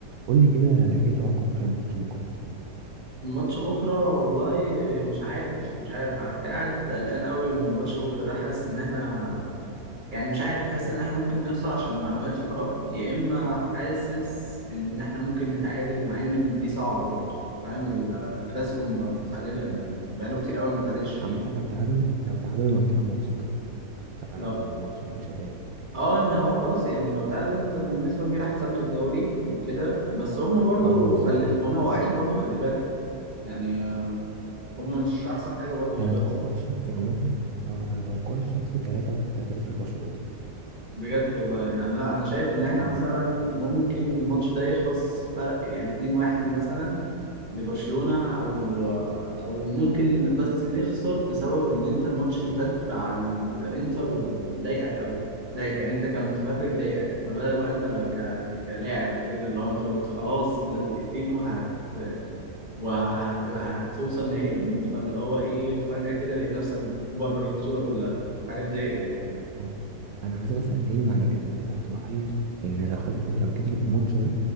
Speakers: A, on the right (about 65°); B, on the right (about 30°).
A: قول لي كده ايه توقعك لماتش بكره
B: الماتش بكرة والله مش عارف مش عارف على فكرة قاعد قلقان قوي من ماتش بكرة ده حاسس إن إحنا يعني مش عارف حاسس إن إحنا ممكن نخسر عشان المعنويات في الأرض يا إما حاسس إن إحنا ممكن نتعادل مع إن دي صعبة برضه فاهم الكلاسيكو ما بنتعادل يعني
A: عم-
B: بقاله كتير قوي ما بنتعادلش فيه
A: عامه لو تعادل لو تعادل انا هطلع مبسوط قوي انا
B: لا
A: يعني مبسوط مش هضايق
B: اه ان هو خلاص يعني لو تعادل انت بالنسبه كبيره حسمت الدوري وكده بس هم برضو
A: اه بالظبط
B: خلي هم واعيين برضو خلي بالك يعني هم مش احسن حاجه برضو
A: انا
B: دلوقتي
A: توقعي الشخصي عامه اه انا توقعي الشخصي 3 1 3 0 لبرشلونه
B: بجد والله يعني انا لا انا شايف ان احنا
A: اه
B: مثلا ممكن الماتش ده يخلص فرق يعني 2-1 مثلا لبرشلونة او او ممكن بس نخسر بسبب ان انت الماتش اللي فات بتاع الانتر ضايقك قوي ضايقك يعني انت كمتفرج ضايقك ما بالك بقى انت لو ك... كلاعب وكده اللي هو انت وانت خلاص دقيقتين وهت وهت... هتوصل نهائي فاللي هو ايه فجأة كده لقيت نفسك بره البطولة كلها حاجة تضايق
A: انا انا حاسس ان هي معنويات اللعيبه هتبقى عاليه لان لو خدت لو كسبت الماتش ده